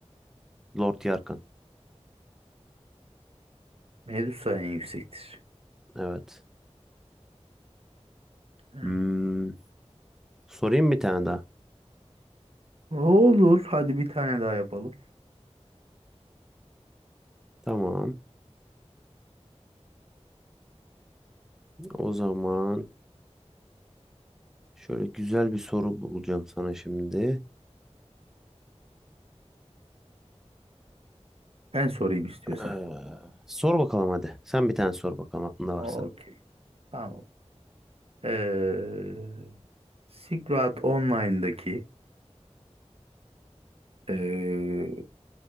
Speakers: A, in the centre; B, on the right.
A: Lord Yarkan.
B: Medusa en yüksektir.
A: Evet.
B: Evet.
A: Hmm, sorayım bir tane daha.
B: Olur. Hadi bir tane daha yapalım.
A: Tamam. O zaman şöyle güzel bir soru bulacağım sana şimdi.
B: Ben sorayım istiyorsan.
A: Ee, sor bakalım hadi. Sen bir tane sor bakalım aklında varsa.
B: Okey. Tamam. Ee, Silk Road Online'daki ee,